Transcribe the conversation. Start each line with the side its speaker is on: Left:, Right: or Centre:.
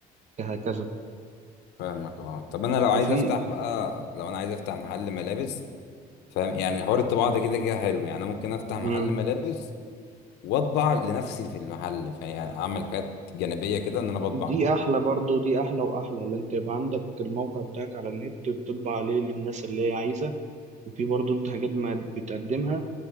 Right: هكذا
Left: فاهمك اه طب انا لو
Right: وفي
Left: عايز افتح بقى لو انا عايز افتح محل ملابس فاهم يعني حوار الطباعه ده كده كده حلو يعني انا ممكن افتح محل
Right: مم.
Left: ملابس واطبع لنفسي في المحل فيعني اعمل حاجات جانبيه كده ان انا بطبع
Right: دي احلى برضو دي احلى واحلى اللي انت يبقى عندك الموقع بتاعك على النت بتطبع عليه للناس اللي هي عايزه وفي برضو انت حاجات ما بتقدمها